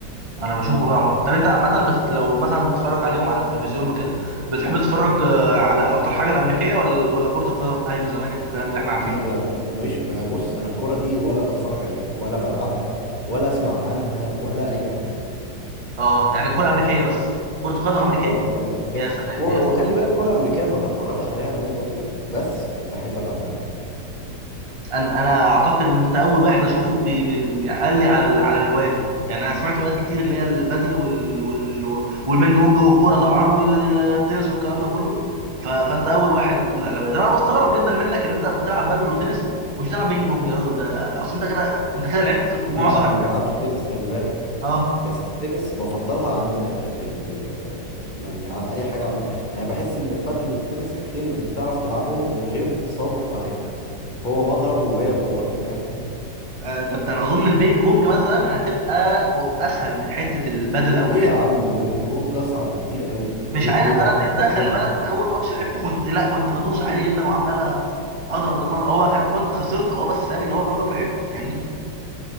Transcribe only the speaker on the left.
لا لا لا، انا ماليش ما بص انا الكوره دي ولا بتفرج عليها ولا بلعبها ولا اسمع عنها ولا اي حاجه
اه كرة أمريكية
و-
وخلي بالك كرة أمريكية ما بتفرجش عليها قوي برضو بس بحب ألعبها قوي
لا انا ما صح؟ بلعبش تنس خلي بالك
بس التنس بفضلها عن ال يعني عن اي حاجه عم... يعني بحس ان البادل والتنس حاجتين انت تعرف تلعبهم من غير سابق معرفه هو مضرب وهي كوره فاهم
ايه
يا عم بينج بونج اصعب بكتير قوي ليه
ليه بقى
اقول لك
ليه بقى
بينج
بونج